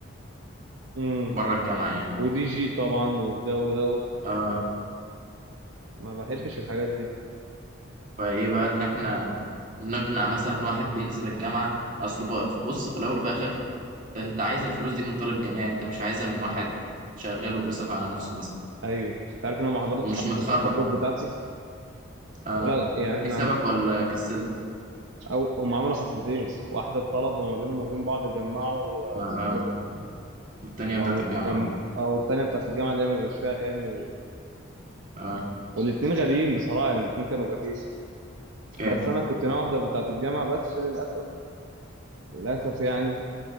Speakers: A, on the right; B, on the right.
A: امم
B: بره الجامعة يعني
A: ودي جي طبعا والجو ده
B: اه
A: وما بحبش الحاجات دي
B: فايه بقى ان احنا نقنع مثلا واحد بينزل الجامعة اصل بقى- بص في الاول وفي الاخر ده انت عايز الفلوس دي من طالب جامعي انت مش عايزها من واحد شغال وبيصرف على نفسه مثلا
A: ايوه انت عارف ان انا ما حضرتش
B: ومش
A: حفله
B: متخرج
A: التخرج بتاعتي
B: اه
A: ولا يعني احنا
B: في سبب
A: عند
B: ولا كسلت
A: او هم عملوا حفلتين واحده الطلبه ما بينهم وما بين بعض جمعوا آه،
B: اه, آه.
A: اسمه ايه ده
B: التانية
A: وقاموا
B: بتاعت الجامعة
A: جم... او التانيه بتاعت الجامعه اللي هي ما بيبقاش فيها اغاني و...
B: اه
A: والاتنين غاليين بصراحة يعني الاتنين كانوا غاليين
B: كام
A: بس أنا كنت ناوي أحضر بتاعة الجامعة بس للأسف للأسف يعني